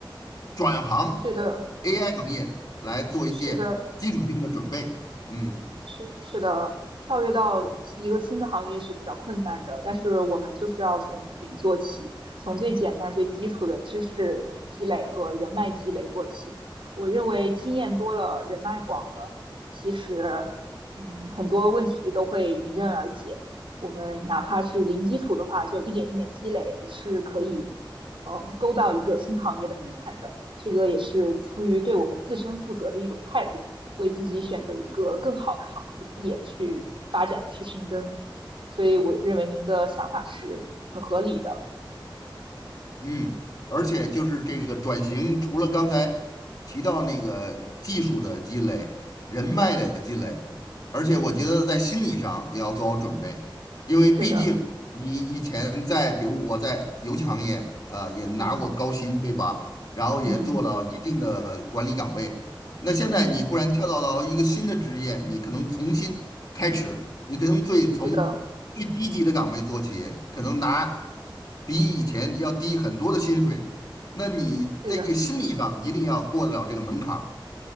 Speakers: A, on the left; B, on the right.
A: 转行
B: 是的，
A: AI 行业来做一些基础性的准备。
B: 是的。
A: 嗯。
B: 是是的，跳跃到一个新的行业是比较困难的，但是我们就是要从零做起，从最简单、最基础的知识积累和人脉积累做起。我认为经验多了，人脉广了，其实，嗯，很多问题都会迎刃而解。我们哪怕是零基础的话，就一点一点积累，也是可以，嗯，勾到一个新行业的门槛的。这个也是出于对我们自身负责的一种态度。为自己选择一个更好的行业去发展、去深耕。所以我认为您的想法是很合理的。
A: 嗯，而且就是这个转型，除了刚才提到那个技术的积累、人脉的积累，
B: 嗯
A: 而且我觉得在心理上也要做好准备，
B: 嗯
A: 因为毕竟你以前在，
B: 是的，
A: 比如我在游戏行业啊、也拿过高薪，
B: 嗯
A: 对吧？然后也做了一定的管理岗位，
B: 嗯
A: 那现在你忽然跳到了一个新的职业，
B: 嗯
A: 你可能重新开始，你可能最从最低级的岗位做起，
B: 是的，
A: 可能拿比以前要低很多的薪水。那你这个心理上一定要过得了这个门槛儿，
B: 是的，